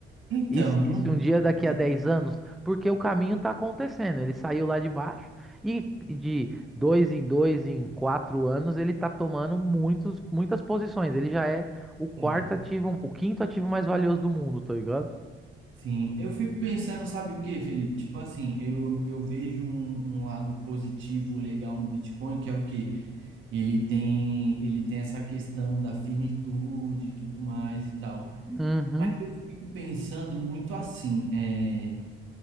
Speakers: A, on the right; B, in the centre.
A: Então,
B: E se,
A: não,
B: e se um dia
A: não-
B: daqui
A: é,
B: a 10 anos, porque o caminho está acontecendo, ele saiu lá de baixo e de dois em dois, em quatro anos, ele está tomando muitos, muitas posições. Ele já é o quarto
A: é,
B: ativo, o quinto ativo mais valioso do mundo, tá ligado?
A: sim, eu fico pensando, sabe o que, Felipe? Tipo assim, eu, eu vejo um, um lado positivo legal no Bitcoin, que é o quê? Ele tem, ele tem essa questão da finitude e tudo mais e tal.
B: Uhum.
A: Mas eu fico pensando muito assim, é.